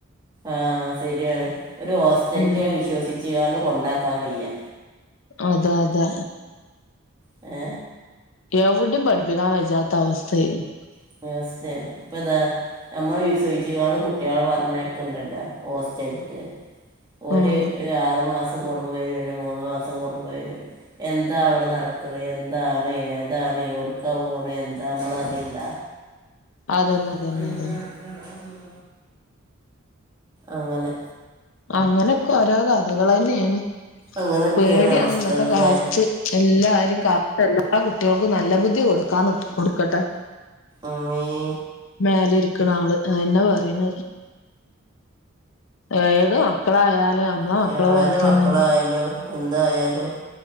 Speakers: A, on the right (about 20°); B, on the left (about 65°).
A: ആഹ് ശരിയാണ് ഒരു ഹോസ്റ്റല്
B: ഉം
A: വിശ്വസിച്ചുകാണ്ട് കൊണ്ടാക്കാൻ വയ്യ
B: അതെ അതെ
A: ഏ
B: എവ്ടിം പഠിപ്പിക്കാൻ വജത്ത അവസ്ഥയിന്
A: <unintelligible> ഇപ്പതാ നമ്മള് വിശ്വയിചാണ്ട് കുട്ട്യേലെ പറഞ്ഞക്കണ്ടല്ലോ ഹോസ്റ്റലക്ക് ഓര്
B: ഉം
A: ഒരു ആറു മാസം കൂടുമ്പം വരും അല്ല മൂന്ന് മാസം കൂടുമ്പോ വരും എന്താ അവിടെ നടക്കണ എന്താണ് ഏതാണ് എവ്ട്ക പോകണ എന്താ നമ്മള അറിയിണ്ട
B: അതന്നെ
A: <unintelligible>
B: അതന്നെ അതന്നെ
A: അങ്ങനെ
B: അങ്ങനെയൊക്കെ ഓരോ കഥകൾ തന്നെയാണ്
A: അങ്ങനെയൊക്കെയാണ്
B: പേടിയാണ്
A: അവസ്ഥകളിലെ
B: ഇന്നത്തെ കാലത്ത് എല്ലാരും കാലത്തല്ല ആ കുട്ടികൾക്ക് നല്ല ബുദ്ധി കൊടുക്കാന്ന് കൊടുക്കട്ടെ
A: ആമീൻ
B: മലെ ഇരിക്ക ആള് എന്നാ പറയണ ഏത് മക്കളായാലും നമ്മളെ
A: ഞ്ഞി
B: മക്കളെ പോലെ
A: ആര മക്കളായാലും
B: തന്നെയാണ്
A: എന്തായാലും